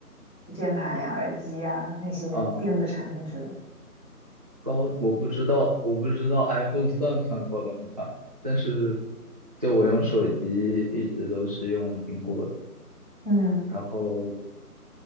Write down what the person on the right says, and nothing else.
啊，高，我不知道，我不知道 iPhone 算不算高端款，但是就我用手机一直都是用苹果，
然后